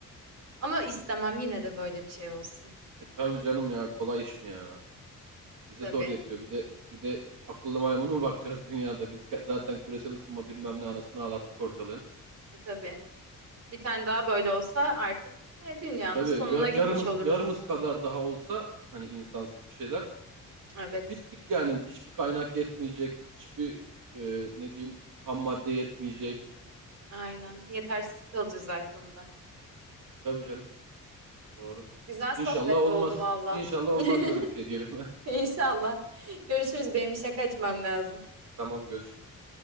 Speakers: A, on the right; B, on the right.
A: Ama istemem yine de böyle bir şey olsun.
B: E tabii canım ya kolay iş mi ya? Bize
A: Tabii.
B: zor yetiyor. Bir de bir de akıllı maymun mu bakacağız dünyada? Biz ke- zaten küresel ısınma bilmem ne anasını ağlattık ortalığın.
A: E tabii. Bir tane daha böyle olsa artık e, dünyanın
B: Tabii
A: sonuna
B: ya-
A: gitmiş
B: yarımız
A: oluruz.
B: yarımız kadar daha olsa hani insansız bir şeyler
A: Evet.
B: e, bittik yani. Hiçbir kaynak yetmeyecek. Hiçbir e, ne diyeyim ham madde yetmeyecek.
A: Aynen. Yetersiz kalacağız her konuda.
B: Tabii canım. Doğru.
A: Güzel sohbet
B: İnşallah olmaz.
A: oldu valla.
B: İnşallah
A: <laughs>
B: olmaz böyle bir şey diyelim.
A: İnşallah. Görüşürüz. Benim işe kaçmam lazım.
B: <laughs> Tamam görüşürüz.